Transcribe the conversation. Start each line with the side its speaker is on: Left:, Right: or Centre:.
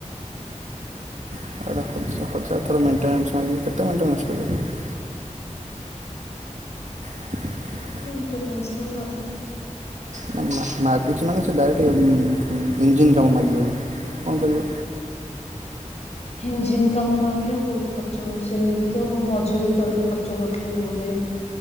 Right: ହଜାର ଥର ହଜାର ଥର ମେଣ୍ଟେନ୍ସ ମାଗିବ କେତେ ମଣ୍ଟେନ୍ସ କରିବ ତମେ। <inaudible>
Left: ମେଣ୍ଟେନନ୍ସ ତ ମାଗୁଛି।
Right: ନା ମା ମାଗୁଛି ମାନେ ସେ ଡାଇରେକ୍ଟ ଇଞ୍ଜିନ୍ କାମ ମାଗିବ। କଣ କହିବ।
Left: ଇଞ୍ଜିନ୍ କାମ ମାଗିଲେ ବହୁତ୍ ଖର୍ଚ୍ଚହବ ସେମିତି ତ ମୁଁ ମଝିରେ ଥରେ ଖର୍ଚ୍ଚ କରଥିଲି ବହୁତୁ ଏ